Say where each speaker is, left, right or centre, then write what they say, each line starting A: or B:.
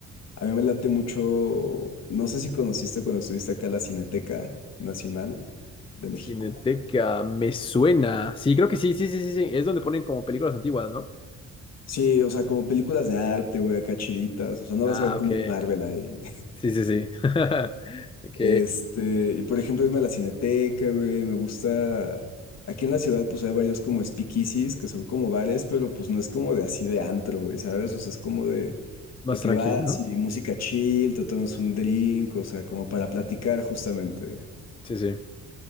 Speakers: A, on the left; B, on the left.
A: A mí me late mucho, no sé si conociste cuando estuviste acá la Cineteca Nacional de México.
B: Cineteca, me suena. Sí, creo que sí, sí, sí, sí, sí. Es donde ponen como películas antiguas, ¿no?
A: Sí, o sea, como películas de arte, güey, acá chiditas, o sea, no vas
B: Ah,
A: a ver como
B: ok.
A: un Marvel ahí.
B: Sí, sí, sí. <laughs> Ok.
A: Este, y por ejemplo, irme a la Cineteca, güey, me gusta. Aquí en la ciudad, pues hay varios como speakeasies, que son como bares, pero pues no es como de así de antro, güey, ¿sabes? O sea, es como de,
B: Más
A: de que
B: tranqui,
A: vas
B: ¿no?
A: y música chill, te tomas un drink, o sea, como para platicar justamente.
B: Sí, sí.